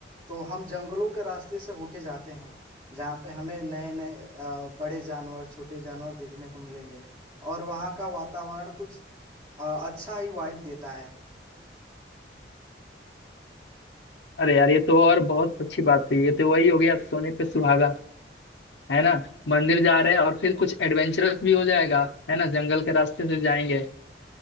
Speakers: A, on the right (about 25°); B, on the left (about 80°).
A: तो हम जंगलों के रास्ते से होके जाते हैं जहाँ पे हमें नए नए अ, बड़े जानवर छोटे जानवर देखने को मिलेंगे और वहाँ का वातावरण कुछ अ, अच्छा ही वाइब देता है
B: अरे यार ये तो और बहुत अच्छी बात हुई ये तो वही हो गया सोने पे सुहागा है ना मंदिर जा रहे हैं और फिर कुछ एडवेंचरस भी हो जाएगा है ना जंगल के रास्ते से जाएंगे